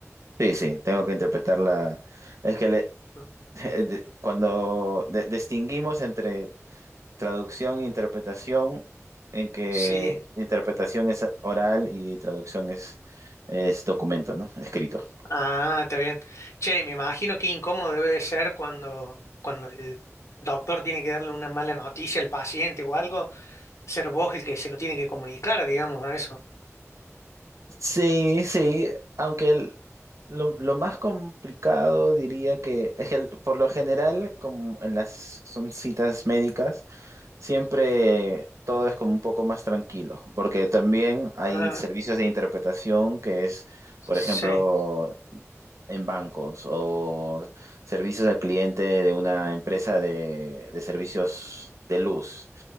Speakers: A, on the right; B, on the left.
A: Sí, sí, tengo que interpretar la... Es que le-
B: ¿no?
A: <laughs> de- cuando de- distinguimos entre traducción e interpretación, en que
B: Sí.
A: interpretación es oral y traducción es, es documento, ¿no? Escrito.
B: Ah, está bien. Che, me imagino qué incómodo debe de ser cuando, cuando el doctor tiene que darle una mala noticia al paciente o algo, ser vos el que se lo tiene que comunicar, digamos, a eso.
A: Sí, sí, aunque el- lo, lo más complicado diría que es que el- por lo general, como en las son citas médicas, siempre todo es como un poco más tranquilo, porque también hay
B: Ah,
A: servicios de interpretación que es,
B: sí,
A: por ejemplo, en bancos o servicios al cliente de una empresa de, de servicios de luz,